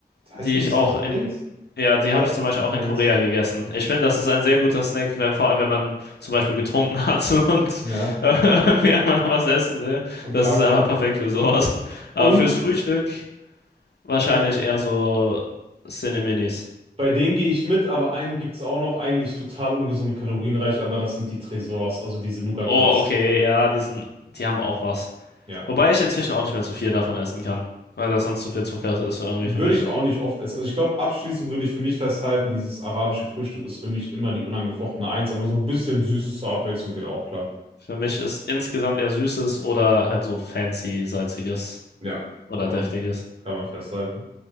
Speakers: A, on the right; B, on the left.
A: heißen
B: Die
A: die
B: ich
A: Snowflakes?
B: auch in, ja, die habe
A: Ich weiß
B: ich zum
A: nicht,
B: Beispiel
A: was du
B: auch
A: meinst.
B: in Korea gegessen. Ich finde, das ist ein sehr guter Snack, wenn, vor allem wenn man zum Beispiel getrunken hat <laughs> und
A: Ja,
B: äh, irgendwie einmal noch was essen will.
A: und
B: Das
A: klarkommen
B: ist einfach
A: will.
B: perfekt für sowas. Aber
A: Und,
B: fürs Frühstück wahrscheinlich
A: ja,
B: eher so Cineminis.
A: bei denen gehe ich mit, aber einen gibt es auch noch, eigentlich total ungesund, kalorienreich, aber das sind die Tresors, also diese Nougat-Bits.
B: Oh, okay, ja, die sind, die haben auch was.
A: Ja.
B: Wobei ich inzwischen auch nicht mehr zu viel davon essen kann, weil das sonst zu viel Zucker ist irgendwie
A: Würde
B: für mich.
A: ich auch nicht oft essen. Also ich glaube, abschließend würde ich für mich festhalten, dieses arabische Frühstück ist für mich immer die unangefochtene Eins, aber so ein bisschen Süßes zur Abwechslung geht auch klar.
B: Für mich ist insgesamt eher Süßes oder halt so fancy, salziges
A: Ja,
B: oder
A: kann
B: deftiges.
A: man, kann man festhalten.